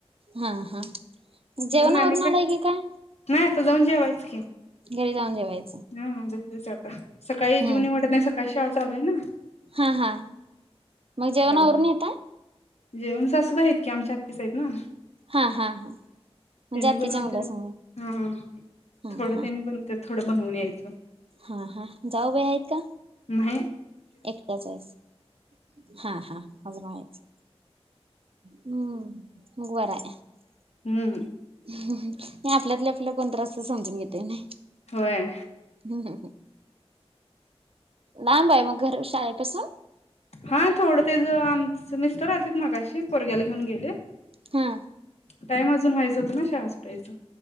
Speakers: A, on the right (about 60°); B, on the left (about 80°).
A: हा हा. जेवणावरून
B: मग आणि
A: आलाय की काय?
B: नाही आता जाऊन जेवायच की
A: घरी जाऊन जेवेल.
B: हा, जाऊनच आता, सकाळी
A: हम्म
B: जीव ईऊ वाटत नाही सकाळची शाळा चालू आहे ना आता.
A: हा हा, मग जेवण
B: त्यामुळे
A: आवरून येताय?
B: जेवण सासूबाई आहेत की आमच्या आत्तीस आहेत ना.
A: हा हा हा म्हणजे
B: तेनी
A: आत्तीच्या
B: बनवत्यात,,
A: मुलासंग
B: हा हा,,
A: हा
B: थोडं
A: हा
B: त्यांनी बनव ते थोडं बनवून यायचं.
A: हा हा, जाऊबाई आहेत का?
B: न्हाई.
A: एकट्याच आहेसा,. हा हा अजून व्हायचं हम्म,, मग बरंय
B: हम्म.
A: हम्म हम्म,, हे आपल्यातल्या आपलं कोणतरी असं समजून घेतय नाय
B: होय
A: हम्म हम्म हम्म. लांब आय मग घर शाळेपसून?
B: हा थोडं तेज आमचं मिस्टर आलतेत मगाशी,, पोरग्याला घेऊन गेले.
A: हा.
B: टाइम अजून व्हायचं होतं ना शाळा सुटायचं.